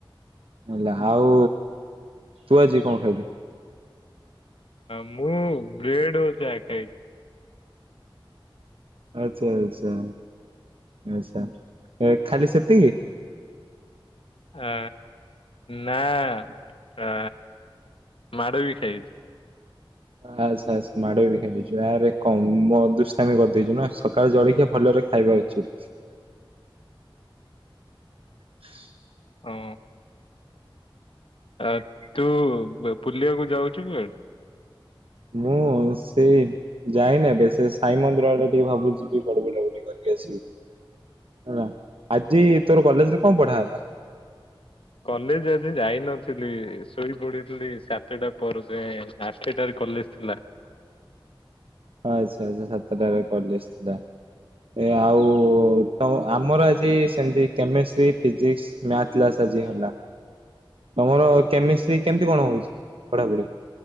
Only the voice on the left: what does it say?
ମୁଁ ବ୍ରେଡ ଓ ଚାହା ଖାଇଛି।
ଆ ନା ଆ ମାଡ ବି ଖାଇଛି।
ହଁ ଆ ତୁ ବୁଲିବାକୁ ଯାଉଛୁ କୁଆଡେ?
କଲେଜ ଆଜି ଯାଇନଥିଲି, ଶୋଇ ପଡିଥିଲି ସାତଟା ପର ଯାଏଁ ଆ ଆଠଟାରେ କଲେଜ ଥିଲା।